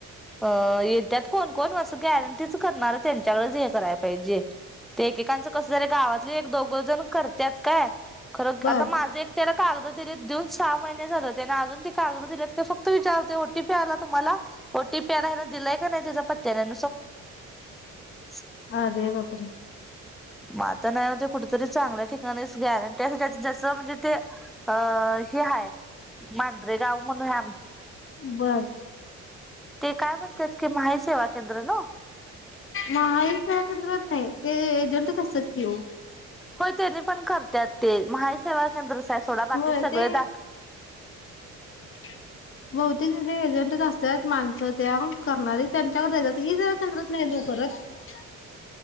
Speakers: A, in the centre; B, on the left.
A: अ येत्यात कोण कोण असं गॅरंटीच करणार त्यांच्याकडेच हे करायला पाहिजे. ते एकेकांचं कस झालय गावातले एक दोघ जण करतात काय खरं
B: बर
A: आता माझं एक त्याला कागद दिलीत देऊन सहा महिने झाले त्याना अजून ते कागद दिलेत का फक्त विचारते ओ टी पी आला तुम्हाला? ओ टी पी आता याला दिलाय का नाही त्याचं. <unintelligible>
B: अरे बाप रे.
A: मग आता ना ते कुठेतरी चांगल्या ठिकाणीच गॅरंटी आणि त्या जस म्हणजे ते अ हे हाय मांढरे गाव म्हणून ह
B: बर.
A: ते काय म्हणत की महा ई सेवा केंद्र ना.
B: महा ई सेवा केंद्रात नाही ते एजंटच असतात कि हो.
A: हो त्यांनी पण करतात ते महा ई सेवा केंद्रच हाय सोडा बाकी
B: होय
A: सगळे
B: ते
A: दाख
B: <inaudible> बहुतेक जे एजंट असतात माणसं त्या करणारी त्यांच्याकडे जायच असतात ई सेवा केंद्रात नाही ओ करत. <inaudible>